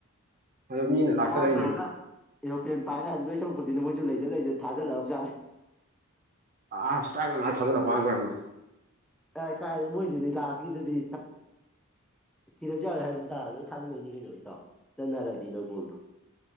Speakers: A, on the right; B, in the centre.
A: ꯑꯗꯨ ꯃꯤꯅ ꯂꯥꯛꯆꯔꯛꯏꯅꯦꯕ
B: ꯂ‌ꯣꯛ ꯑꯥꯠ ꯇꯧꯔꯒ ꯑꯦꯔꯣꯄ꯭ꯂꯦꯟ ꯄꯥꯏꯔ ꯍꯟꯗꯣꯏ ꯁꯔꯨꯛꯄꯗꯤꯅ ꯃꯣꯏꯁꯨ ꯂꯩꯖ ꯂꯩꯖ ꯊꯥꯖꯤꯜꯂꯛꯑꯕ ꯖꯠꯅ‌ꯦ
A: ꯑꯁ ꯏꯁꯇꯥꯔꯞꯄꯔ ꯉꯥꯛꯇ ꯊꯖꯤꯟꯂꯛꯄꯩ ꯋꯥꯅꯤ
B: ꯀꯥꯏ ꯀꯥꯏ ꯃꯣꯏꯗꯨꯗꯤ ꯂꯥꯁꯀꯤꯗꯨꯗꯤ ꯁꯤꯔꯁꯨ ꯌꯥꯔꯦ ꯍꯥꯏꯕꯒꯤ ꯃꯇꯥꯒꯨꯝ ꯂꯣꯏ ꯊꯥꯖꯜꯂꯛꯏꯅ‌ꯦ ꯀꯩꯅꯣ ꯏꯇꯥꯎ ꯆꯠꯅꯔꯗꯤꯅ ꯒꯣꯜꯗꯣ